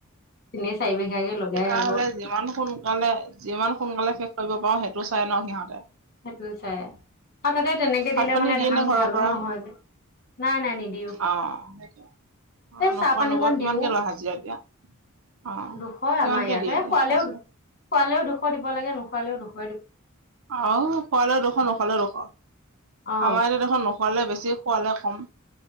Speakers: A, on the left; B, on the right.
A: তিনি চাৰি বিঘাকে লগাই
B: সেইকাৰ
A: আকৌ
B: হলে যিমান সোনকালে যিমান সোনকালে শেষ কৰিব পাৰো সেইটো চাই ন সিহঁতে
A: সেইটোও চাই আৰু তাতে তেনেকে
B: ভাত
A: দিলে
B: পানী
A: মানে
B: দিয়ে
A: ধান
B: নে ঘৰৰ
A: ঢালোও
B: পৰা
A: নহয় যে নাই নাই নিদিও
B: অ', সেইটো অ
A: এই
B: ', নখোৱা
A: চাহ পানীকণ
B: নবোৱা কিমানকে
A: দিও।
B: লোৱা হাজিৰা এতিয়া? অ',
A: দুশ
B: কিমানকে
A: আমাৰ ইয়াতহে
B: দিয়ে এতিয়া
A: শুৱালেও
B: হাজিৰা
A: খুৱালেও দুশ দিব লাগে নোখোৱালেও দুশ
B: আহ খোৱালেও দুখৰ নোখালেও দুোখৰ
A: অ
B: আমাৰ এতিয়া দেখৰ নোখোৱালে বেছি বছি খোৱালে কম